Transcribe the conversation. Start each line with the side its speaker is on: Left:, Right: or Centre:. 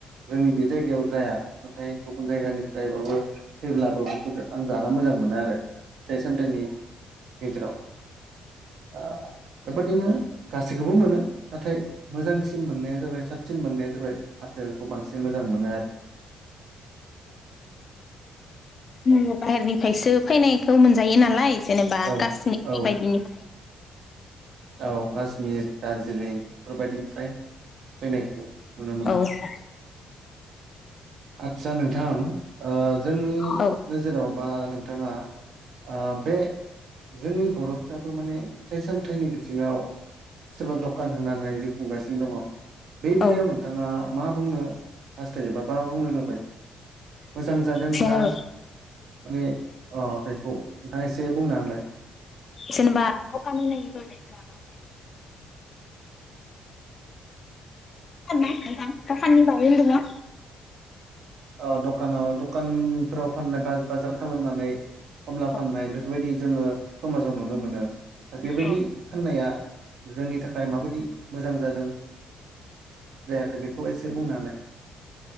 Right: जोंनि बे जायगायाव जाया नाथाय गुबुन जायगानिफ्रायबाबो फैब्लाबो बे आं जा मोजां मोनो आरो फिथाइ सामथाइनि गेजेराव ओ बेबादिनो गासैखौबो मोनो नाथाय मोजांसिन मोननाया जाबाय मोजांसिन मोननाया जाबाय आपेलखौ बांसिन मोजां मोनो आरो।
Left: औ बाहेरनिफ्रायसो फैनायखौ मोनजायो नालाय। जेनेबा
Right: आरो
Left: काश्मिर
Right: औ
Left: बायदिनि
Right: औ कश्मिर दार्जिलिं बेफोरबायदिनिफ्राय फैनायखौ नुनो मोनो
Left: बेबायदिनिफ्राय
Right: आदसा नोंथां जोंनि
Left: औ
Right: नोजोराव बा नोंथाङा ओ बे जोंनि बर'फ्राबो माने थाइ सामथाइ निबो <unintelligible> सोरबा दकान होनानै खुंगासिनो दङ। बे
Left: औ
Right: बेलायाव नोंथाङा मा बुंनो हास्थ <unintelligible> लुबाय मोजां जादों
Left: जेन
Right: ना माने अ बेखौ नोंथाङा एसे बुंनाहोलाय।
Left: जेनेबा दखाना होनो लुबैनायफ्रा बिदिनो आरो ना दखाननि बागै होनदोंना?
Right: अ दखानाव दखानफोराव फाननो बाजार खालामनानै ख'मला
Left: औ
Right: फाननाय बेफोरबायदि जोङो स'माजाव नुनो मोनो। बेबायदि
Left: औ
Right: फाननाया जोंनि थाखाय माबायदि मोजां जादों जायाखै बेखौ एसे बुंनो होनाय।